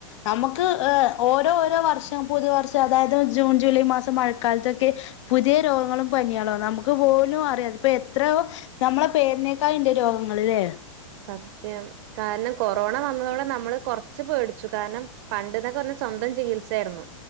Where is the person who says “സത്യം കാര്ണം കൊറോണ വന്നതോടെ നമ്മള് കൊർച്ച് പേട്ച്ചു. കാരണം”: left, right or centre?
Right